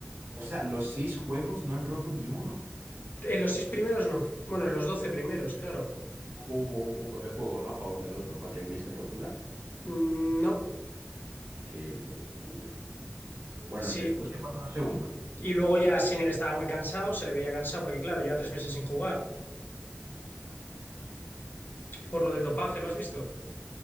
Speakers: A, on the right; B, on the left.
A: O sea, los seis juegos no han roto ni uno.
B: En los seis primeros no. Bueno, en los doce primeros, claro.
A: Hubo un punto de juego, ¿no? A favor del otro para que hubiese rotura.
B: Mm, No,
A: ¡Qué locura! Bueno,
B: sí.
A: ¿y después qué pasa en el segundo?
B: Y luego ya Sinner estaba muy cansado, se le veía cansado porque, claro, lleva tres meses sin jugar. Por lo del dopaje, ¿lo has visto?